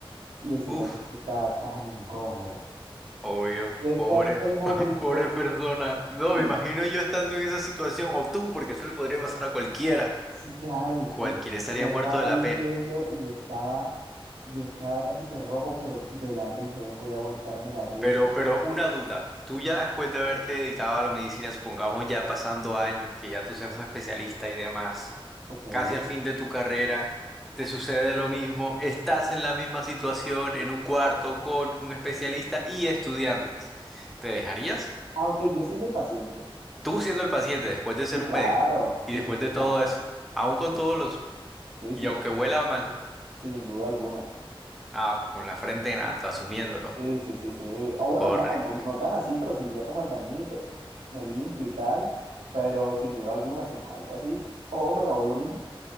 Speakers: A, on the right; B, in the centre.
A: Y el señor
B: Uf,
A: Jorge estaba tan incómodo.
B: obvio.
A: Fue
B: Pobre,
A: tanto el momento.
B: <laughs> pobre persona. No,
A: <laughs>
B: me imagino yo estando en esa situación, o tú, porque eso le podría pasar a cualquiera.
A: Sí, claro, y es
B: Cualquiera
A: que
B: estaría
A: yo estaba
B: muerto de
A: ahí
B: la pena.
A: viendo y yo estaba, yo estaba casi que rojo, pero de la risa, yo no podía aguantarme la risa.
B: Pero, pero una duda. Tú ya después de haberte dedicado a la medicina, supongamos ya pasando años, que ya tú seas un especialista y demás,
A: Ok.
B: casi al fin de tu carrera, te sucede lo mismo, estás en la misma situación, en un cuarto con un especialista y estudiantes. ¿Te dejarías?
A: Ah, ok, yo siendo el paciente.
B: Tú siendo el paciente, después de ser
A: Sí, claro.
B: un médico,
A: Sí,
B: y después
A: sí, sí,
B: de
A: claro.
B: todo eso, aún
A: Sí,
B: con
A: sí,
B: todos
A: sí.
B: los,
A: Sí,
B: y
A: sí,
B: aunque
A: sí.
B: huela mal,
A: Sin duda alguna.
B: ah, con la frente en alto, asumiéndolo.
A: Sí, sí, sí, sí. O bueno,
B: Correcto.
A: no, no, no tan así, pero sí iría como al bañito, <laughs> me limpio y tal. Pero sin duda alguna, si es algo así, pues, ojo, me lo hago yo mismo.